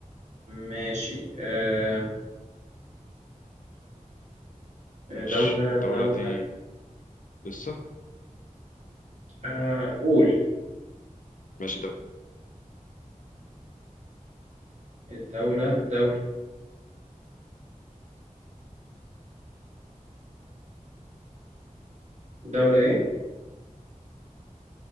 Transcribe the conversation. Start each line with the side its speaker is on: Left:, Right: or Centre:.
Right: ماشي آه،
Left: ماشي
Right: دولة
Left: الدوله
Right: دولة
Left: دي لسه
Right: آه، قول
Left: ماشي ده
Right: الدولة دولة دولة إيه؟